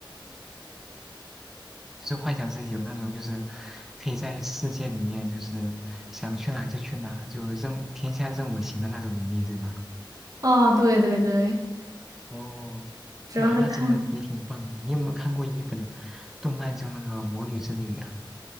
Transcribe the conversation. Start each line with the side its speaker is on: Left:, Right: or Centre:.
Centre: 就是幻想自己有那种，就是可以在世界里面，就是想去哪就去哪，就任天下任我行的那种能力，对吧？
Right: 哦，对对对，
Centre: 哦，
Right: 主要是看
Centre: 哇，那真的也挺棒的。你有没有看过一本动漫叫那个《魔女之旅》啊？